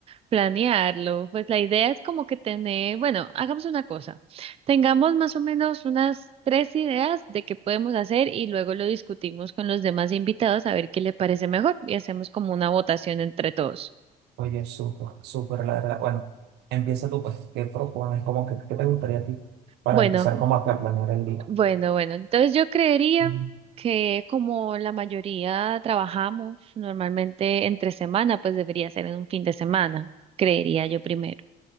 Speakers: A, on the right (about 35°); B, on the right (about 85°).
A: planearlo. Pues la idea es como que tener, bueno, hagamos una cosa, tengamos más o menos unas tres ideas de qué podemos hacer y luego lo discutimos con los demás invitados a ver qué le parece mejor y hacemos como una votación entre todos.
B: Oye, súper, súper, la verdad. Bueno, empieza tú, pues, ¿qué propones? Como que, ¿qué te gustaría a ti para
A: Bueno.
B: empezar como acá a planear el día?
A: Bueno, bueno, entonces yo creería
B: Mm.
A: que como la mayoría trabajamos normalmente entre semana, pues debería ser en un fin de semana, creería yo primero.